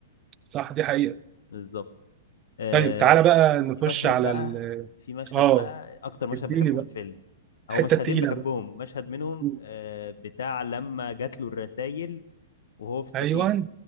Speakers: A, on the right (about 25°); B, on the left (about 80°).
A: صح دي حقيقه
B: بالظبط آه
A: طيب تعالى بقى نخش
B: في مشهد
A: على
B: بقى
A: ال
B: في مشهد
A: اه
B: بقى اكتر مشهد
A: اديني
B: بحبه
A: بقى
B: في الفيلم هو
A: الحته
B: مشهدين
A: التقيله
B: بحبهم
A: بقى
B: مشهد منهم
A: مم.
B: آه بتاع لما جات له الرسائل وهو في السفينه
A: ايوه